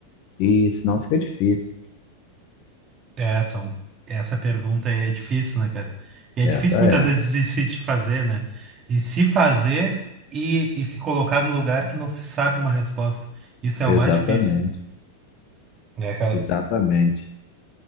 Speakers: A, on the left; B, on the right.
A: E senão fica difícil.
B: É, são... Essa pergunta é difícil, né, cara? E é
A: Essa
B: difícil muitas
A: é.
B: vezes de se te fazer, né? E se fazer e, e se colocar num lugar que não se sabe uma resposta. Isso é o
A: Exatamente.
B: mais difícil, né, cara?
A: Exatamente.